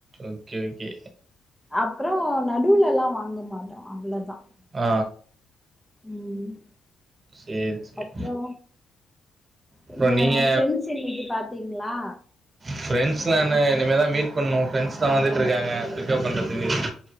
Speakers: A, on the right; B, in the centre.
A: ஓகே ஓகே
B: அப்புற நடுவுலலா வாங்க மாட்டோ அவ்வளோதா
A: ஆ
B: ம்
A: சேரி சேரி
B: அப்றோ
A: அப்றோ
B: என்ன
A: நீங்க
B: ஃப்ரெண்ட்ஸ் இன்னக்கி பாத்தீங்ளா
A: ஃப்ரெண்ட்ஸ்லா என்ன இனிமே தா மீட் பண்ணு ஃப்ரெண்ட்ஸ்லா வந்துட்ருக்காங்க பிக்கப் பண்றதுக்கு